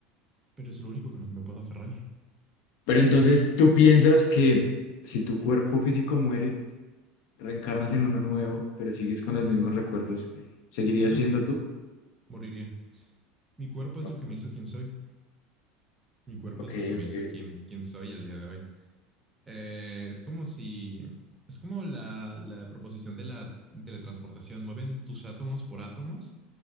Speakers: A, on the right; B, on the left.
A: pero es lo único con lo que me puedo aferrar.
B: Pero entonces tú piensas que si tu cuerpo físico muere, reencarnas en uno nuevo, pero sigues con los mismos recuerdos, ¿seguirías
A: No,
B: siendo tú?
A: moriría. Mi cuerpo es
B: Ok,
A: lo que me hizo quien soy. Mi cuerpo
B: ok.
A: es lo que me
B: ok.
A: hizo quien, quien soy al día de hoy. Eh, es como si, es como la, la proposición de la teletransportación. Mueven tus átomos por átomos